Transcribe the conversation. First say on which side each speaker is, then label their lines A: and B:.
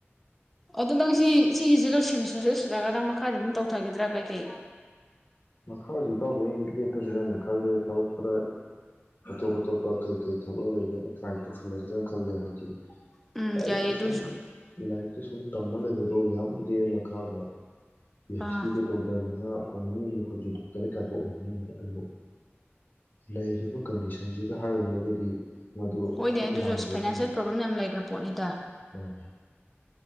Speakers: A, in the centre; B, on the left (about 45°).
A: ꯑꯗꯣ ꯅꯪꯁꯤ ꯁꯤꯒꯤꯁꯤ ꯂꯣꯏꯁꯃꯤꯁꯔ ꯂꯣꯏꯁꯤꯜꯂꯒ ꯅꯪ ꯃꯈꯥꯗꯤ ꯑꯗꯨꯝ ꯇꯧꯊꯈꯤꯗ꯭ꯔꯥ ꯀꯩ ꯀꯩ
B: ꯃꯈꯥ ꯍꯧꯖꯤꯛ ꯏꯇꯥꯎꯗꯦ ꯑꯩ ꯂꯦꯞꯄꯁꯤ꯭ꯔꯦꯅ ꯈꯜꯂꯦ ꯊꯕꯛ ꯈꯔ ꯑꯇꯣꯞ ꯑꯇꯣꯞꯄ ꯀꯩ ꯀꯩ ꯊꯕꯛ ꯂꯩꯒꯦꯅ ꯇ꯭ꯔꯥꯏ ꯇꯧꯁꯤꯜꯂꯗ꯭ꯔꯦꯅ ꯈꯜꯂꯦ ꯍꯥꯏꯗꯤ‌
A: ꯎꯝ
B: ꯂꯥꯏꯔꯤꯛ
A: ꯌꯥꯏꯌꯦ
B: ꯇ ꯁꯨꯝ
A: ꯑꯗꯨꯁꯨ
B: ꯂꯥꯏꯔꯤꯛ ꯇ ꯁꯨꯝ ꯇꯝꯃ ꯂꯩ <inaudible> ꯌꯥꯎꯗꯦ ꯃꯈꯥꯗ ꯄꯤ ꯍꯩꯏꯁ
A: ꯑꯥ
B: ꯗꯤ ꯒ ꯇꯧꯗꯗꯅ <inaudible> ꯑꯩꯈꯣꯏꯁꯨ ꯗꯣꯛꯇꯔꯦꯠ ꯀꯥꯏꯇꯣ ꯑꯣꯏꯅꯤꯡꯉꯝꯃꯤ ꯑꯗꯨꯕꯨ ꯂꯩꯔꯤꯕ ꯀꯟꯗꯤꯁꯟꯁꯤꯒ ꯍꯥꯏꯔꯨꯔꯒꯗꯤ ꯃꯗꯨ ꯈꯤꯇꯪ
A: ꯍꯣꯏꯅꯦ ꯑꯗꯨꯁꯨ
B: ꯂꯥꯡꯕꯗ ꯑꯩꯈꯣꯏꯅ
A: ꯐꯥꯏꯅꯥꯟꯁꯤꯌꯦꯜ ꯄ꯭ꯔꯣꯕ꯭ꯂꯦꯝ ꯌꯥꯝ ꯂꯩꯒ꯭ꯔꯥ ꯄꯣꯠꯅꯤꯗ
B: ꯃꯥꯅꯤ